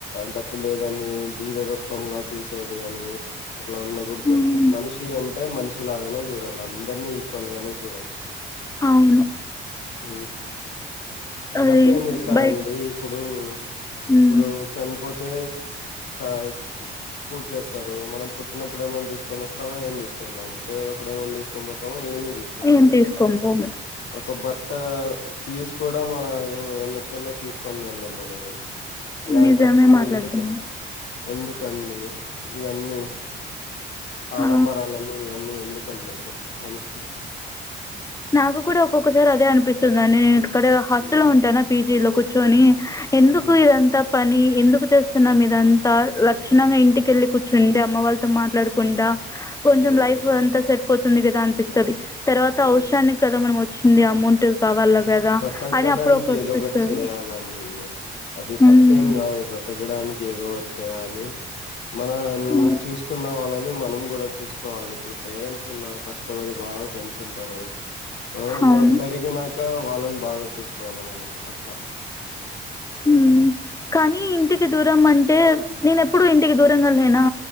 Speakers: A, on the left; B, on the left.
A: డబ్బు లేదని బీరత్వంగా చూసేది కాగాని. అట్లా ఉండకూడదు.
B: హ్మ్.
A: మనిషి అంత అంటే మనిషిలాగానే చూడాలి. అందరినీ ఈక్వల్ గానే చూడాలి.
B: అవును
A: హ
B: అది
A: డబ్బు ఏం చేస్తారంండి
B: బయట్
A: ఇప్పుడు. అడు
B: హ్మ్.
A: ఇప్పుడు చనిపోతే అయితే కూూర్ చేస్తారు. మనం పుట్టినప్పుడు ఏమైనా తీసుకొని వస్తామో ఏమి తీసుకుందాం. పయేటప్పుడు ఏమన్నా తీసుొని పోతామో ఏమి తీసుక
B: ఏం
A: పో
B: తీసుకోము పోము.
A: ఒక బట్ట అట్ట పీజ కూడా మన ఎన్నికల్లో తీసుకొని వెళ్ళాం మనము అలాంటప్పుడు
B: నిజమే మాట్లాడుతున్నాను.
A: ఎందుకు ఎందుకండి ఇవన్నీ ఆడంబరాలన్నీ
B: ఆ!
A: ఇవన్నీ ఎందుకు. బడి చెప్ప ఫనిష్కి
B: నాకు కూడా ఒక్కొక్కసారి అదే అనిపిస్తుందిని నేను ఇక్కడ హాస్టల్
A: హ్మ్
B: లో ఉంటానా పీజీలో ర్ చోని ఎందుకు
A: హ్మ్
B: ఇదంతా పని ఎందుకు చేస్తున్నాం ఇదంతా లక్షణంగా ఇంటిక వెళ్ళి కూర్చుండి అమ్మ వాళ్ళతో మాట్లాడకుండా కొంచెం
A: హ్మ్
B: లైఫ్ అంత సెట్పోతు స్తుంది కదా అనిపిస్తుంది తర్వాత
A: హ్మ్
B: అవషానికి కదా మనం వచ్చ వచ్చింది అమౌంట్ కావాలా కదా
A: బ్రతకడానికి
B: అని అప్పుడు ఒకటిపిస్తది.
A: ఏదో ఒకటి చేయాలండి అది
B: హ్మ్.
A: తప్పేం కాదు బ్రతకడానికి ఏదో ఒకటి చేయాలి మనంని
B: హ్మ్.
A: చూసుకున్నాం అలా మనం కూడా చూసుకోవాలి ఇప్పుడు పేరెంట్స్ ఉన్నారు కష్టపడి బాగా పెంచుంటారు ఆ
B: అవును.
A: మనం పెరిగినాక ఇంకా వాళ్ళని బాగా చూసుకోవాలి మనం అట్లా
B: హ్మ్ కానీ ఇంటికి దూరం అంటే నేన ఎప్పుడు ఇంటికి దూరం కలేనా